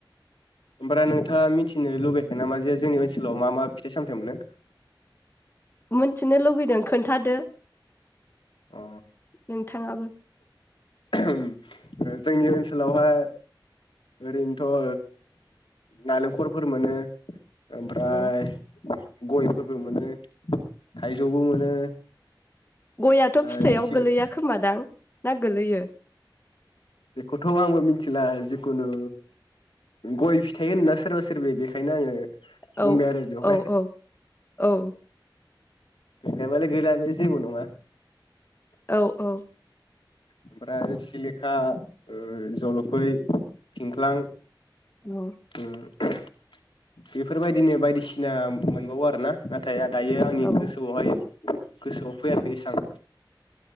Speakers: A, on the left; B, on the left.
A: ओमफ्राय नोंथाङा मिथिनो लुबैयाखै नामा जे जोंनि ओनसोलाव मा मा फिथाइ सामथाइ मोनो।
B: मिथिनो लुबैदों खोन्थादो।
A: अ
B: नोंथाङाबो
A: जोंनि ओनसोलावहाय ओरैनोथ' ओ नालेंखरफोर मोनो। ओमफ्राय
B: औ
A: गयफोरबो मोनो। थाइजौबो मोनो।
B: गइयाथ
A: ओमफ्राय
B: फिथायाव
A: सिलि
B: गोलैया खोमादां ना गोलैयो?
A: बेखौथ आंबो मिथिला जिखुनु गय फिथाइ होनना सोरबा सोरबि बेखायनो आङो
B: औ
A: बुंबाय आरो बेवहाय
B: औ औ औ
A: गोलैयाबालाय गोलैया बे जेबो नङा।
B: औ औ
A: ओमफ्राय सिलिखा ओ जलफै थिंख्लां
B: औ
A: उम बेफोरबायदिनो बायदिसिना मोनबावो आरो ना। नाथाय दायो आंनि
B: औ
A: गोसोआवहाय गोसोआव फैयाखै एसां